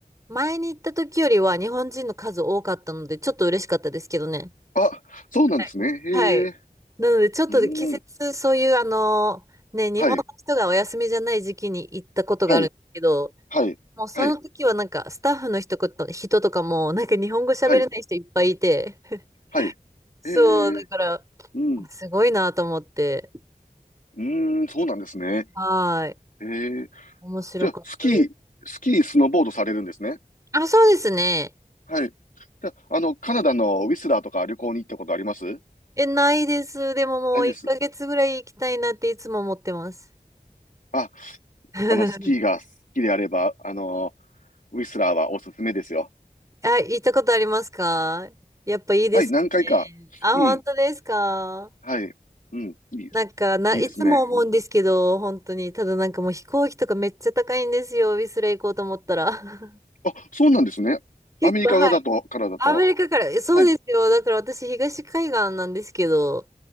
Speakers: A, on the right; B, on the left.
A: 前に行った時よりは日本人の数多かったので、ちょっと嬉しかったですけどね。
B: あ、そうなんですね。
A: はいはい。
B: へえ。
A: なので、ちょっと季節、
B: うーん。
A: そういう、あの、ね、日本の人がお休みじゃない時期に行ったことがあるんですけど、
B: はい。はい。はい。
A: もうその時はなんか、
B: はい。
A: スタッフの人こと、人とかも、なんか日本語喋れない人いっぱいいて、
B: はい。
A: <laughs>
B: はい。
A: そう、
B: へえ。
A: だから、
B: うん。
A: あすごいなと思って、
B: うーん。そうなんですね。
A: はい。
B: へえ。
A: 面白かったです。
B: じゃあ、スキー、スキー、スノーボードされるんですね。
A: あ、そうですね。
B: はい。じゃあ、あの、カナダのウィスラーとか旅行に行ったことあります
A: え、ないです。でももう1ヶ月ぐらい行きたいなっていつも思ってます。
B: ないです。あ、
A: <laughs>
B: あの、スキーが好きであれば、あの、ウィスラーはおすすめですよ。
A: あ、行ったことありますかやっぱいいですよね。
B: はい、何回か。
A: あ、
B: うん。
A: 本当ですか
B: はい。うん。いい、
A: なんか、
B: いいですね。
A: な、いつも思うんですけど、
B: うん。
A: 本当に。ただなんかもう飛行機とかめっちゃ高いんですよ。ウィスレ行こうと思ったら。<laughs>
B: あ、そうなんですね。
A: 結構、
B: アメリカだと、
A: はい。
B: からだと。
A: アメリカから、そうですよ。
B: はい、
A: だから私、東海岸なんですけど、